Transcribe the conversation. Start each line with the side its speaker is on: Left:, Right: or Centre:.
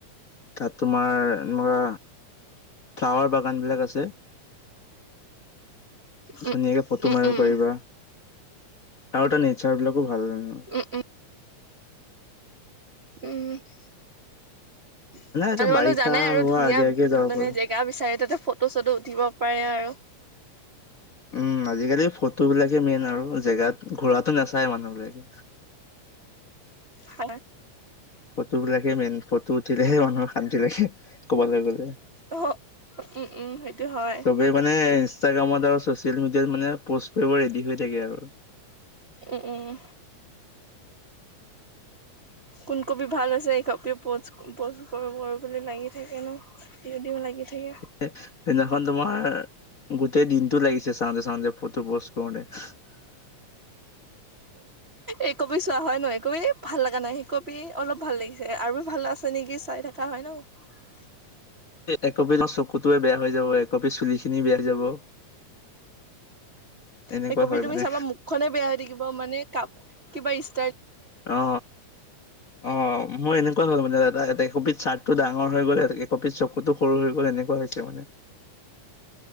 Left: তাত তোমাৰ এনেকুৱা ফ্লাৱাৰ বাগান বিলাক আছে।
Right: উম
Left: ধুনীয়াকে ফটো
Right: উম
Left: মাৰিব
Right: উম
Left: পাৰিবা আৰু তাৰ নেচাৰ বিলাক খুব ভাল হয় ন'
Right: উম উম উম'।
Left: এটা
Right: আৰু মানে
Left: বাৰিষা
Right: জানে আৰু
Left: হোৱাৰ
Right: ধুনীয়া
Left: আগে আগে যাব
Right: মানে
Left: পাৰো
Right: জেগা বিচাৰে তাতে ফটো চটো উঠিব পাৰে আৰু
Left: উম' আজিকালি ফটো বিলাকে মেইন আৰু জেগাত, ঘূৰাতো নাচায় মানুহ বিলাকে। <inaudible>
Right: হয়।
Left: ফটো বিলাকে মেইন ফটো উঠিলেহে মানুহৰ শান্তি লাগে ক'বলৈ গ'লে
Right: অ উম উম সেইটো হয়
Left: চবেই মানে ইনষ্টাগ্ৰামত আৰু চছিয়েল চচিয়েল মিডিয়াত মানে পষ্ট কৰিব ৰেডি হৈ থাকে আৰু
Right: উ-উম। কোন কপি ভাল হৈছে, এই কপি পষ্ট-পষ্ট কৰো কৰো বুলি লাগি থাকে ন' দিও দিও লাগি থাকে।
Left: সেইদিনাখন তোমাৰ গোটেই দিনটো লাগিছে চাওতে, চাওতে ফটো পোষ্ট কৰোতে <unintelligible>
Right: এইকপি চোৱা হয় ন, এইকপি ভাল লগা নাই, শিকবি অলপ ভাল লাগিছে আৰু ভাল আছে নিকি চাই থাকা হয় ন। <unintelligible>
Left: একপি চকুটোয়ে বেয়া হৈ যাব, একপি চুলি খিনি বেয়া হৈ যাব। এনেকুৱা
Right: সেই কপি
Left: হয়
Right: তুমি
Left: মানে
Right: চাবা মুখ খনে বেয়া হৈ থাকিব, মানে কা কিবা ইচ্
Left: অ অ অ মই এনেকুৱা হৈ গলো মানে দাদা একপিত চাৰ্ট ত ডাঙৰ হৈ গলে একপিত চকুতো সৰু হৈ গ'ল, এনেকুৱা হৈছে মানে।